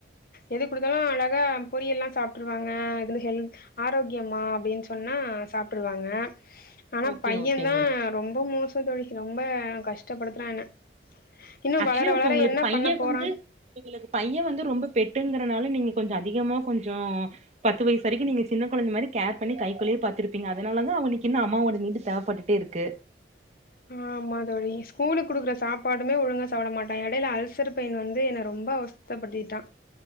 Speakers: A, on the left; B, on the right.
A: எது குடுத்தாலு அழகாக பொரியல்லா சாப்ட்ருவாங்க அதுந்து ஹெல் ஆரோக்யமா அப்டின் சொன்னா சாப்ட்ருவாங்க ஆனாப்
B: ஓகே,
A: பையந்தா
B: ஓகேங்க.
A: ரொம்ப மோசோந் தோழி ரொம்ப கஷ்டபடுத்துறா என்ன இன்னு
B: ஆக்சுலி
A: வளர
B: இப்ப
A: வளர
B: உங்ளுக்கு
A: என்ன
B: பையே
A: பண்ண
B: வந்து
A: போறா
B: எங்களுக்கு பையே வந்து ரொம்ப பெட்டுங்கறனால நீங்க கொஞ்சோ அதிகமா கொஞ்சோ பத்து வயிசு வரைக்கு நீங்க சின்னக் கொழந்த மாரி கேர்ப் பண்ணி கை குள்ளியேப் பாத்திருப்பீங்க அதனாலதா அவுனிக்கி இன்னு அம்மாவோ நீடு தேவப்பட்டுட் டேருக்கு
A: ஆமா தோழி ஸ்கூலுக் குடுக்ற சாப்பாடுமே ஒழுங்கா சாப்ட மாட்டே எடைல அல்சர் பெயின் வந்து என ரொம்ப அவச் தபட்டிட்டா